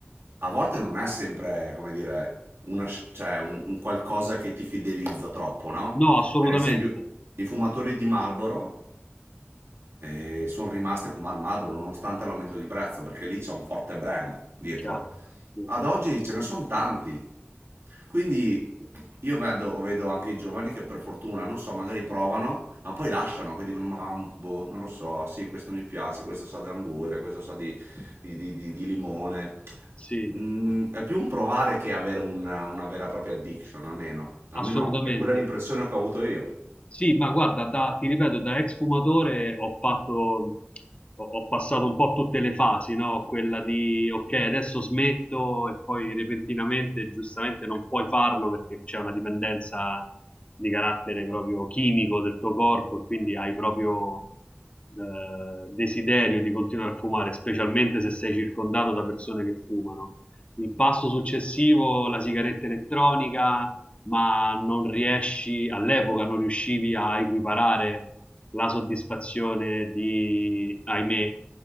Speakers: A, on the right; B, on the left.
A: a volte non è sempre, come dire, una sc- cioè un, un qualcosa che ti fidelizza troppo, no?
B: No, assolutamente.
A: Per esempio, i fumatori di Marlboro e sono rimasti a fumare Marlboro nonostante l'aumento di prezzo perché lì c'è un forte brand dietro.
B: Chiaro. Mh.
A: Ad oggi ce ne sono tanti, quindi io vedo, vedo anche i giovani che per fortuna, non so, magari provano, ma poi lasciano, poi dicono, ma boh, non lo so, sì, questo mi piace, questo sa di anguria, questo sa di, di- di- di- di limone.
B: Sì,
A: Mm, è più un provare che avere una, una vera e propria addiction, almeno. Almeno
B: assolutamente.
A: è quella l'impressione che ho avuto io.
B: Sì, ma guarda, da- ti ripeto, da ex fumatore ho fatto, ho, ho passato un po' tutte le fasi, no? Quella di, ok, adesso smetto e poi repentinamente, giustamente, non puoi farlo perché c'è una dipendenza di carattere proprio chimico del tuo corpo e quindi hai proprio eh, desiderio di continuare a fumare, specialmente se sei circondato da persone che fumano. Il passo successivo, la sigaretta elettronica, ma non riesci, all'epoca non riuscivi a equiparare la soddisfazione di, ahimè, eh,